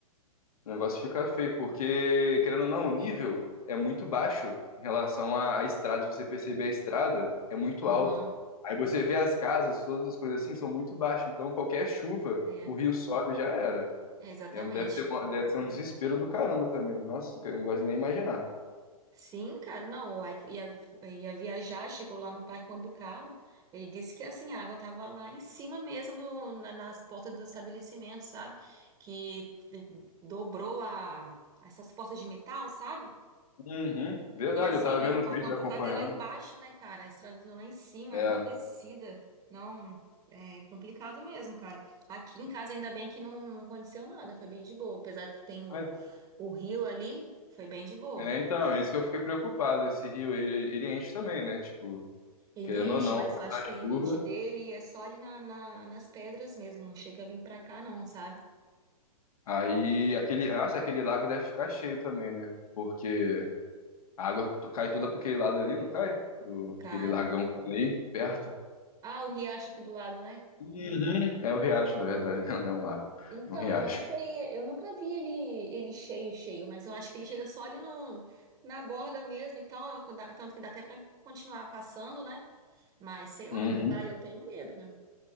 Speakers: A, on the left; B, on the right.
A: O negócio fica feio, porque, querendo ou não, o nível é muito baixo em relação à, à estrada. Se você perceber, a estrada é muito
B: Aham,
A: alta. Aí você vê as casas, todas as coisas assim, são muito baixas. Então, qualquer chuva,
B: é,
A: o rio sobe e já era.
B: é, exatamente.
A: E é- deve ser, uma- deve ser um desespero do caramba também. Nossa, que eu não gosto de nem imaginar.
B: Sim, cara, não, o Ike ia, ia viajar, chegou lá no Parque Mambucaba, ele disse que, assim, a água tava lá em cima mesmo, do, na- nas portas do estabelecimento, sabe? Que eh, dobrou a, essas portas de metal, sabe?
A: Uhum. Verdade,
B: E, assim,
A: eu tava vendo
B: o Parque
A: os vídeos
B: Mambucaba
A: acompanhando.
B: é lá embaixo, né, cara? A estrada tá lá em cima,
A: É.
B: é mó descida, não, é complicado mesmo, cara. Aqui em casa, ainda bem que não, não aconteceu nada, foi bem de boa, apesar que tem o,
A: Mas-
B: o rio ali, foi bem de boa.
A: É, então, é isso que eu fiquei preocupado. Esse rio, aí, ele, ele enche também, né? Tipo,
B: Ele
A: querendo
B: enche,
A: ou não,
B: mas
A: com
B: eu acho que o limite
A: chuva.
B: dele é só ali na, na- nas pedras mesmo. Não chega a vir pra cá, não, sabe?
A: Aí, aquele, nossa, aquele lago deve ficar cheio também, né? Porque a água t- cai toda pra aquele lado ali, não cai? Do,
B: Não cai.
A: aquele lagão que tem aí, perto.
B: Ah, o riacho aqui do lado, né?
A: Uhum. É o riacho, na verdade, <laughs> né? Não é um lago,
B: Então,
A: é um riacho.
B: eu não sei, eu nunca vi ele, ele cheio, cheio, mas eu acho que ele chega só ali no, na borda mesmo e tal. dá- Tanto que dá até pra continuar passando, né? Mas sei lá,
A: Uhum.
B: cara, eu tenho medo, meu.